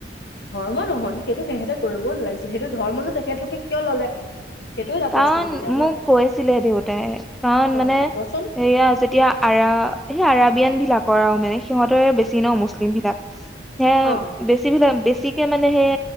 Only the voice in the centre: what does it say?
<unintelligible>
কৈছিলে দেউতাই। কাৰণ
মানে
সেয়া যেতিয়া আৰা বিয়া- বিলাকৰ আৰু মানে সিহঁতৰে বেছি ন' মুছলিম বিলাক। হেয়াই
বেছি বিলাক বেছি- বেছিকে মানে সেই